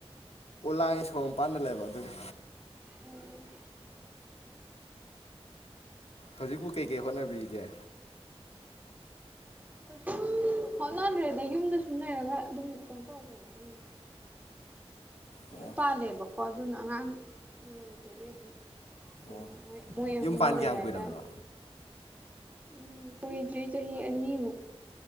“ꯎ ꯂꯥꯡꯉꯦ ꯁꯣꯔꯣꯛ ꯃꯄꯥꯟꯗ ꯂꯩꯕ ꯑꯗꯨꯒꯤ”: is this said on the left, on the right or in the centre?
Left